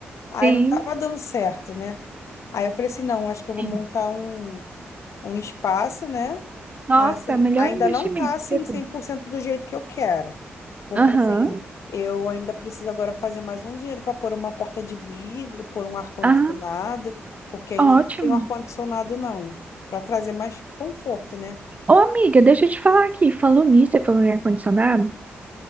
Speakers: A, on the left; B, on the right.
A: Aí
B: sim,
A: não tava dando certo, né? Aí eu falei assim: não, acho que eu vou
B: sim.
A: montar um, um espaço, né?
B: Nossa,
A: Assim,
B: melhor
A: ainda
B: investimento
A: não tá assim
B: que você
A: cem
B: tem.
A: por cento do jeito que eu quero. Porque
B: Aham,
A: assim, eu ainda preciso agora fazer mais um dinheiro para pôr uma porta de vidro, pôr um ar-condicionado,
B: aham,
A: porque ainda
B: ótimo.
A: não tenho ar-condicionado, não. Para trazer mais conforto, né?
B: Ô, amiga, deixa eu te falar aqui. Falou nisso, você falou em ar-condicionado.